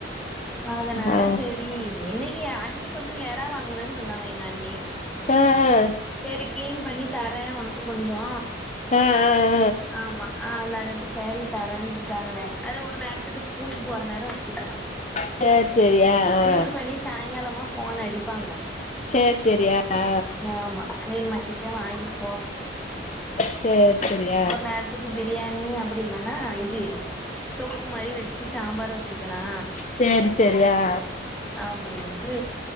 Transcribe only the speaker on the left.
ஆ ஆ
ஆ ஆ
ஆ ஆ
ஆ சேரி சேரி ஆ ஆ
செரி செரி ஆ
சேரி செரி அ
சேரி சேரி ஆ